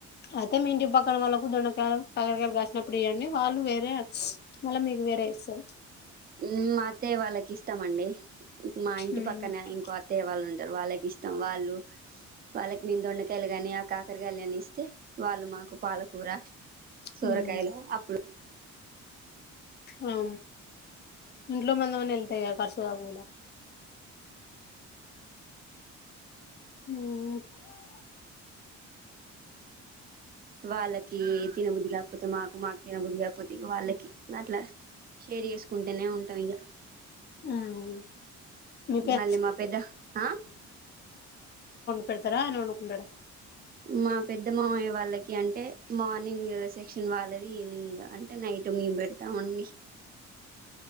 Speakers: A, on the left (about 35°); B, on the right (about 30°).
A: అయితే మి ఇంటి పక్కన వాళ్ళకు దొండకాయలు కాకరకాయల్ కాసినప్పుడు ఇయ్యండి వాళ్ళు వేరే మళ్ళ మీకు వేరే ఇస్ సార్
B: హు మాత్తయ్య వాళ్ళకి ఇస్తామండి మా
A: ఇస్తారు
B: ఇంటి పక్కన ఇంకో అత్తవాళ్ళు ఉంన్ వాళ్ళకి ఇష్టం వాళ్ళు వాళ్ళకి మేం దొండకాయలు గాని ఆ కాకరకాయలు అని ఇస్తే వాళ్ళు మాకు పాలకూర సోరకాయలు
A: ఉమ్
B: అప్పుడు
A: ఆ ఇంట్లో మందమన్న ఎళ్తాయిగ ఖర్చుగాకుండా ఆ
B: వాళ్ళకి తినబుద్ధి కాకపోతే మాకు మాకు తినబుద్ధి కాకపోతే ఇగ వాళ్ళకి అట్లా షేర్ చేసుకుంటేనే ఉంటాం ఇగ
A: ఉమ్ మీ పె
B: మాళ్ళి మా పేద్ద ఆ
A: పెడుతరా అయిన వండుకుంటాడా
B: మా పెద్ద మామయ్య వాళ్ళకి అంటే మార్నింగ్ సెక్షన్ వాళ్ళది ఈవనింగ్ గ అంటే నైట్ మేము పెడతామండి